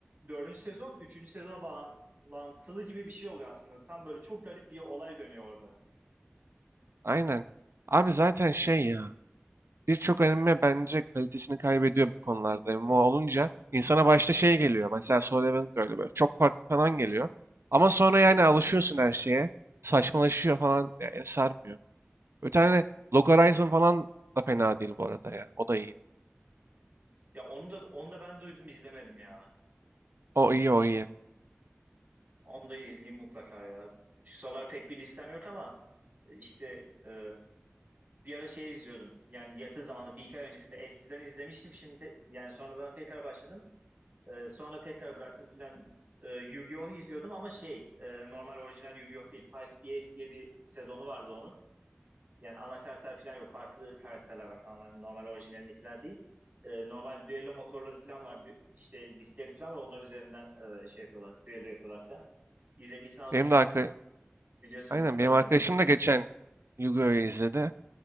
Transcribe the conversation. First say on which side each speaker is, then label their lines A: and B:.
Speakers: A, on the right; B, on the right.
A: Dördüncü sezon üçüncü sezona bağlantılı gibi bir şey oluyor aslında. Tam böyle çok garip bir olay dönüyor orada.
B: Aynen. Abi zaten şey ya. Birçok anime bence kalitesini kaybediyor bu konularda. MMO olunca insana başta şey geliyor. Mesela Solo Leveling de öyle böyle. Çok farklı falan geliyor. Ama sonra yani alışıyorsun her şeye. Saçmalaşıyor falan. Yani sarmıyor. Bir tane Log Horizon falan da fena değil bu arada ya. O da iyi.
A: Ya onu da onu da ben duydum izlemedim ya.
B: O iyi o iyi.
A: Onu da izleyeyim mutlaka ya. Şu sıralar pek bir listem yok ama işte e, bir ara şey izliyordum. Yani yakın zamanda bir iki ay öncesinde eskiden izlemiştim. Şimdi te- yani sonradan tekrar başladım. Ee, sonra tekrar bıraktım filan. Ee, Yu-Gi-Oh izliyordum ama şey e, normal orijinal Yu-Gi-Oh değil. 5 S diye bir sezonu vardı onun. Yani ana karakter falan yok. Farklı karakterler var tamamen. Normal orijinalindekiler değil. Ee, normal düello motorları falan var. Dü- işte diskleri falan var. Onlar üzerinden e, şey yapıyorlar. Düello yapıyorlar falan. İzlediysen az
B: Benim
A: buçuk
B: de arka...
A: biliyorsundur
B: Aynen
A: zaten
B: benim arkadaşım
A: düello sistemini.
B: da geçen Yu-Gi-Oh'yu izledi.